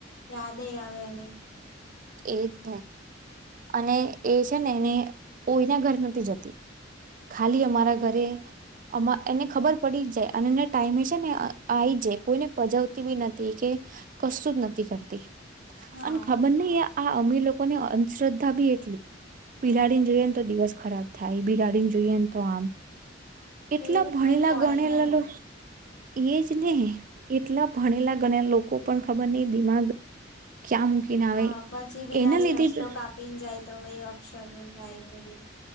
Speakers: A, on the left; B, on the right.
A: યાદે આવે <unintelligible> એની
B: એજને. અને એ છે ને એની કોઈના ઘર નથી જતી ખાલી અમારા ઘરે અ એને ખબર પડી જ જાય અને એના ટાઈમે છે ને આવી જાય કોઈને પજવતી બી નથી કે કશું જ નથી કરતી.
A: હા
B: અને ખબર નહી આ અમીર લોકો ને <unintelligible> શ્રદ્ધા બી એટલી બિલાડીને જોઈએને તો દિવસ ખરાબ થાય બિલાડી ને જોઈએ ને તો આમ. એટલા
A: એવું
B: ભણેલા
A: કઈ હોય
B: ગણેલા
A: નઈ
B: લો એ જ ને એટલા ભણેલા ગણા લોકો પણ ખબર નહિ દિમાગ ક્યાં મૂકીને આવે
A: હા પછી બિલાડી
B: એના લીધે
A: રસ્તો કાપ પી ને જાય તો કઈ અપક્ષર થાય એ બધું